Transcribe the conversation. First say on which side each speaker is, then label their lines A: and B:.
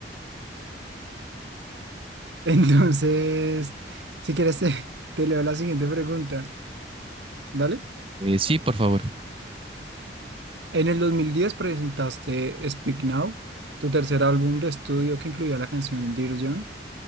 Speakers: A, on the right; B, on the right.
A: <laughs> Entonces, si quieres, <laughs> te, te leo la siguiente pregunta. Dale.
B: Eh, sí, por favor.
A: En el 2010 presentaste Speak Now, tu tercer álbum de estudio que incluía la canción Dear John,